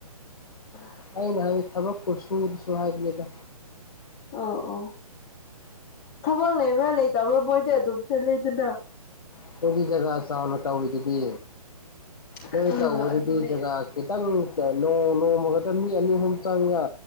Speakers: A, on the left; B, on the left.
A: <unintelligible>
B: ꯑꯩꯅ ꯍꯥꯏꯗꯤ ꯊꯕꯛꯄꯨ ꯁꯨ ꯁꯨ ꯍꯥꯏꯕꯅꯤꯗ
A: ꯑꯥ ꯑꯣ ꯊꯕꯛ ꯂꯩꯕ꯭ꯔꯥ ꯂꯩꯇꯕ꯭ꯔꯥ ꯃꯣꯏꯗꯤ ꯑꯗꯨꯝ ꯆꯠꯂꯤꯗꯅꯥ
B: ꯑꯩꯈꯣꯏꯒꯤ ꯖꯒꯥ ꯆꯥꯎꯅ ꯇꯧꯔꯤꯗꯨꯗꯤ ꯅꯣꯏ
A: ꯑ
B: ꯇꯧꯕꯗꯨꯗꯤ
A: ꯑꯗꯨꯅꯦ
B: ꯖꯒꯥ ꯈꯤꯇꯪ ꯇ ꯅꯣꯡ ꯅꯣꯡꯃꯈꯛꯇ ꯃꯤ ꯑꯅꯤ ꯑꯍꯨꯝ ꯆꯪꯉꯒ